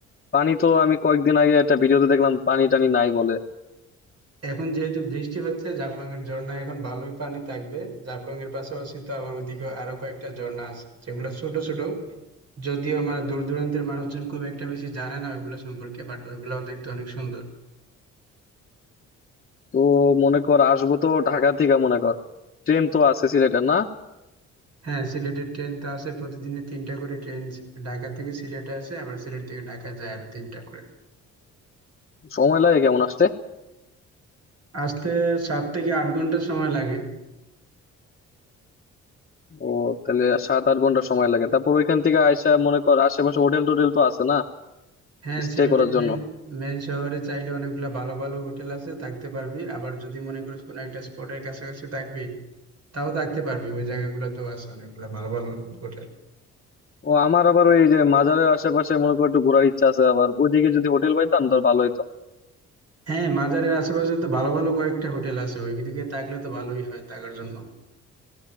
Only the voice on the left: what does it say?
পানি তো আমি কয়েকদিন আগে একটা ভিডিওতে দেখলাম পানি টানি নাই বলে
তো মনে কর আসবো তো ঢাকা থেকে মনে কর ট্রেন তো আছে সিলেটের না
সময় লাগে কেমন আসতে
ও তাহলে সাত আট ঘন্টা সময় লাগে তারপর ওইখান থেকে আইসা মনে কর আশেপাশে হোটেল টোটেল তো আছে না
স্টে
করার জন্য
ও আমার আবার ওই যে মাজারের আশেপাশে মনে করো একটু ঘোরার ইচ্ছা আছে আবার ওইদিকে যদি হোটেল পাইতাম তো ভালো হইতো